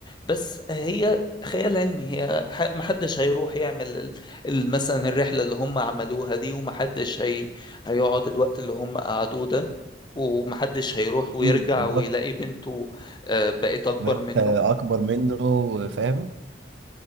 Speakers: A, on the left (about 25°); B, on the right (about 80°).
A: بس هي خيال علمي هي ح- محدش هيروح يعمل ال- ال- مثلا الرحلة اللي هم عملوها دي ومحدش هي هيقعد الوقت اللي هم قعدوه ده ومحدش هيروح ويرجع
B: امم بالظبط
A: ويلاقي بنته آه، بقت أكبر
B: بقيت
A: منه
B: اكبر منه فاهم